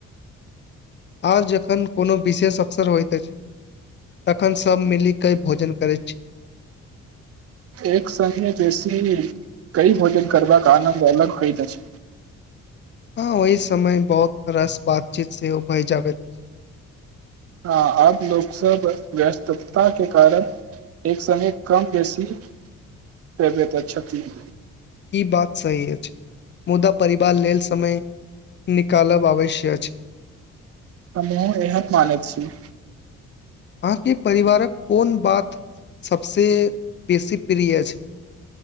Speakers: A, on the left (about 40°); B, on the right (about 50°).
A: आर जखन कोनो विशेष अवसर होइत अछि तखन सब मिलीके भोजन करैत छी।
B: एक <unintelligible> कई भोजन करबाक आनन्द अलग होइत अछि।
A: हँ ओहि समय बहुत रास बातचीत सेहो भय जाबैत अछि।
B: ह अब लोक सब व्यस्तता के कारण एक समय कम बेसी <unintelligible>
A: ई बात सही अछि मुदा परिवार लेल समय निकालब आवश्य अछि।
B: हमहुँ एहन मानैत छी।
A: अहाँके परिवारक कोन बात सभसे बेसी प्रिय अछि